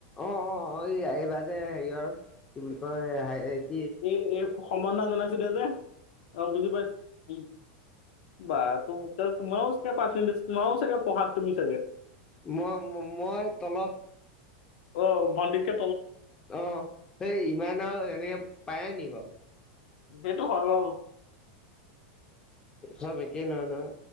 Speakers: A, on the left (about 15°); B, on the left (about 75°).
A: অ অ এই এইবাৰ যে হেৰিৰ কি বুলি কয় হ
B: এই এই সমৰ্না জনাইছিল দে যে অ বুজি পাইছ বাৰ ত তোমাৰ ওচ কে পাৰ্চণ্টেজ তোমাৰও চাগে পাত তুমি চাগ
A: মই মই তলত
B: অ ভণ্ন্দি কে
A: অ সেই ইমান আৰু এনেকে পায় নি বাৰু
B: সেইটো কৰ বাবু
A: চবে কি নহ নহয়